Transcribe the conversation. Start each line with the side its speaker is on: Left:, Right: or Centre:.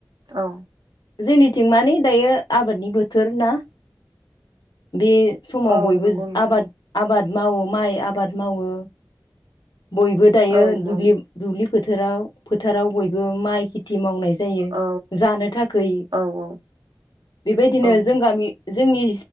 Right: औ
Left: जोंनिथिं मान दायो आबादनि बोथोर ना बे समाव
Right: औ
Left: बयबो
Right: नंगौ नोंथां
Left: आबाद आबाद मावो माइ आबाद मावो बयबो दायो
Right: औ
Left: दुब्लि
Right: औ
Left: फोथाराव फोथाराव बयबो माइ खैथि खथि मावनाय जायो
Right: औ
Left: जानो थाख बेबायदिनो
Right: औ औ
Left: जों गामि जोंनि